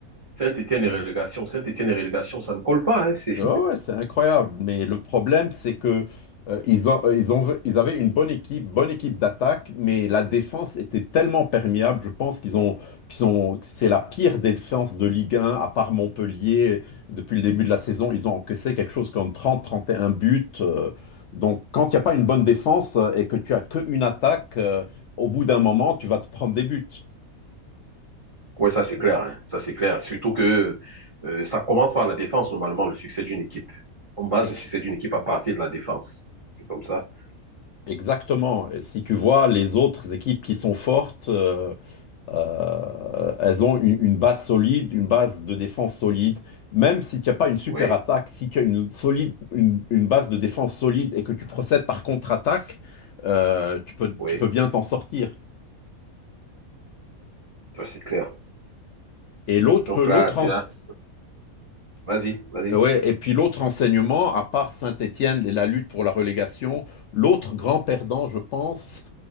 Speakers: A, on the right (about 45°); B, on the left (about 65°).
A: Saint-Étienne et relégation. Saint-Étienne et relégation, ça ne colle pas, hein, c'est
B: Ouais, ouais, c'est incroyable. Mais le problème, c'est que euh, ils ont, euh, ils ont, ils avaient une bonne équipe, bonne équipe d'attaque, mais la défense était tellement perméable. Je pense qu'ils ont, qu'ils ont, c'est la pire défense de Ligue 1, à part Montpellier. Depuis le début de la saison, ils ont encaissé quelque chose comme trente, trente et un buts. euh, donc, quand il n'y a pas une bonne défense euh, et que tu as qu'une attaque, euh, au bout d'un moment, tu vas te prendre des buts.
A: Oui, ça c'est clair, hein. Ça c'est clair. Surtout que euh, ça commence par la défense, normalement, le succès d'une équipe. On base
B: E-
A: le succès d'une équipe à partir de la défense. C'est comme ça.
B: Exactement. Et si tu vois les autres équipes qui sont fortes. euh, Euh, elles ont une, une base solide, une base de défense solide. Même si tu n'as pas une super
A: Oui,
B: attaque, si tu as une, solide, une, une base de défense solide et que tu procèdes par contre-attaque, euh, tu peux,
A: oui,
B: tu peux bien t'en sortir.
A: ça c'est clair.
B: Et l'autre,
A: Donc
B: l'autre
A: là, c'est
B: ense-
A: là, c'est- vas-y, vas-y.
B: ouais, et puis l'autre enseignement, à part Saint-Étienne et la lutte pour la relégation, l'autre grand perdant, je pense,